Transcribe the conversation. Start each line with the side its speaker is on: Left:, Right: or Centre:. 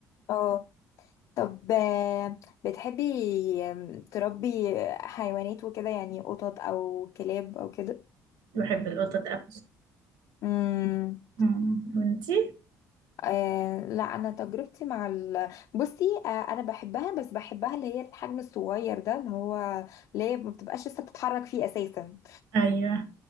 Left: اه طب آه، بتحبي آم، تربي حيوانات وكده يعني قطط او كلاب او كده
Right: <laughs> بحب القطط قوي
Left: امم
Right: مم. وانتي
Left: آه لا انا تجربتي مع ال... بصي آه انا بحبها بس بحبها اللي هي الحجم الصغير ده اللي هو اللي هي ما بتبقاش لسه بتتحرك فيه اساسا
Right: ايوه